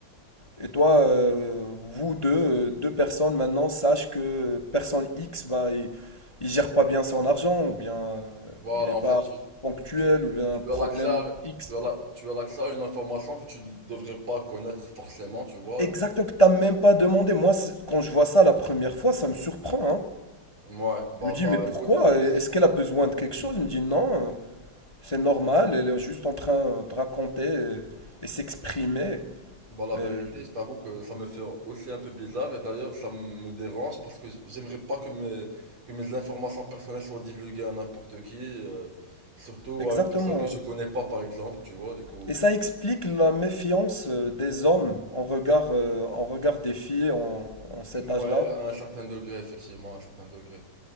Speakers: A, on the left (about 20°); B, on the right (about 75°).
A: et toi, euh, vous deux, euh, deux personnes maintenant, sachez que personne X, bah, il, il gère pas bien son argent, ou bien euh,
B: voilà,
A: il est
B: en
A: pas
B: fait. Tu,
A: ponctuel,
B: tu
A: ou bien un problème
B: as l'accès à,
A: X.
B: tu as la- tu as l'accès à une information que tu ne devrais pas connaître forcément, tu vois.
A: Exactement, que t'as même pas demandé. Moi, c'est- quand je vois ça la première fois, ça me surprend, hein.
B: Ouais, bah,
A: Je me dis,
B: bah
A: mais pourquoi?
B: écoute, moi aussi.
A: Est-ce qu'elle a besoin de quelque chose? Il me dit, non, c'est normal, elle est juste en train de raconter et, et s'exprimer.
B: Bah la vérité,
A: Euh,
B: je t'avoue que ça me fait aussi un peu bizarre et d'ailleurs ça me dérange parce que j'aimerais pas que mes, que mes informations personnelles soient divulguées à n'importe qui, euh, surtout
A: Exactement.
B: à une personne que je
A: hein.
B: connais pas par exemple, tu vois, du coup.
A: Et ça explique la méfiance euh, des hommes en regard, euh, en regard des filles en, en cet
B: Ouais,
A: âge-là.
B: à un certain degré, effectivement, à un certain degré.